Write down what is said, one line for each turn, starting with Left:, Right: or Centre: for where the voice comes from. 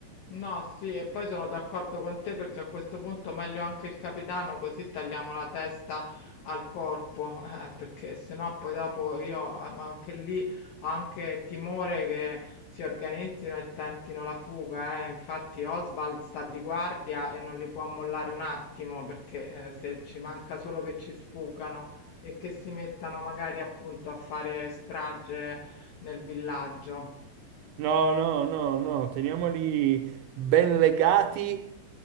Left: No, sì, e poi sono d'accordo con te perché a questo punto meglio anche il capitano, così tagliamo la testa al corpo, <laughs> eh, perché sennò poi dopo io eh, anche lì ho anche timore che si organizzino e tentino la fuga, eh. Infatti Oswald sta di guardia e non li può mollare un attimo, perché eh, se ci manca solo che ci sfuggano e che si mettano magari appunto a fare strage nel villaggio.
Right: No, no, no, no, teniamoli ben legati